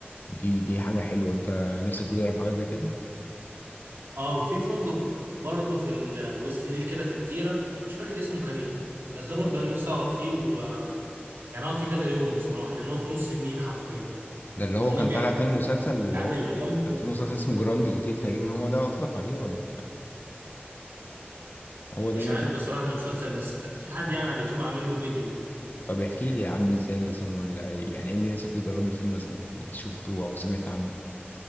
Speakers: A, on the left; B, on the right.
A: دي دي حاجة حلوة أنت نفسك تجرب حاجة زي كده؟
B: اه وفي فندق برضه في ال... في وسط النيل كده في جزيره مش فاكر اسمه كان ايه بس ده برضه انا نفسي اقعد فيه و... يعني اقعد فيه كذا يوم بصراحه لان هو في نص النيل حرفيا
A: ده اللي
B: هو
A: هو
B: النيل
A: كان طالع فيه المسلسل اللي
B: بيعدي
A: هو
B: من
A: كان
B: جنبه
A: كان في مسلسل اسمه جراند اوتيل تقريبا هو ده قصدك عليه ولا هو ده
B: مش
A: اللي
B: عارف
A: كان
B: بصراحه المسلسل بس كان في حد يعني على اليوتيوب عامل له فيديو
A: طب احكي لي عامل ازاي مثلا ولا يعني ايه اللي الناس بتجربوا فيه مثلا انت شفته او سمعت عنه